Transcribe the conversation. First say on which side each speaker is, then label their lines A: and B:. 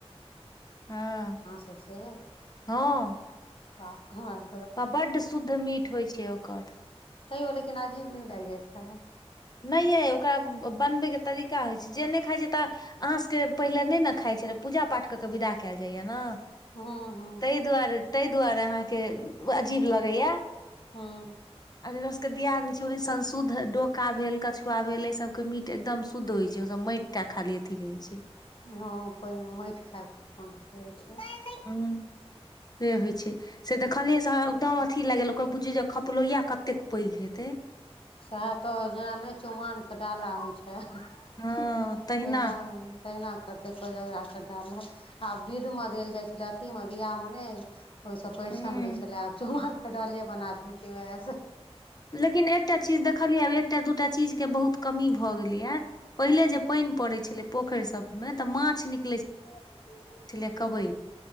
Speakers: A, on the left (about 40°); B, on the left (about 55°).
A: हँ
B: तो सए
A: हँ
B: बाह हमार
A: प्बा बड्ड शुद्ध मीठ होइ छै ओकर
B: तैयो लेकिन अजीब नय लाग जाइ छैय
A: नय एये ओकरा बनबैके तरीका होइत छै जे नय खाइत छै तऽ अहाँ सबके पहिले नय नै खाइ छल पूजा पाठ क क विदा केल जाइया न
B: हँ हँ
A: ताई तेइ दुआरे तेइ दुआरे अहाँके अजीब लगैया
B: हँ
A: आ जेकरा सब के दियाद न छै ओह संशुद्ध डो का भेल कछुआ भेल एय सब के मीट एकदम शुद्ध होय छै ओ सब माइट टा खाली अथी रहे छै
B: हँ पाइन मे माइट खा कऽ अपनै छैय
A: हू तेहोइ छैय से देखलियै से एकदम अथी लागल ओकर बुझियौ जे खपलोया कतेक पैघ हेतै
B: साहैतो जेना नय चुमाओन के डाला होइ छैय
A: हँ
B: तेहिना
A: तहिना
B: तहिना करते कोजगरा केँ डाला आ विधमे देल जाइ छलै अथीमे वियाहमे नय ओय सँ परिछन
A: हूँ
B: होइ छला आब चुमानक के डाले बना देल्केय उएहसँ
A: लेकिन एकटा चीज देखलियै आब एकटा दूटा चीज के बहुत कमी भऽ गेलैया पहिले जे पैइन पड़ै छलै पोखरि सब मे तऽ माछ निक
B: <inaudible>
A: छल लै कबै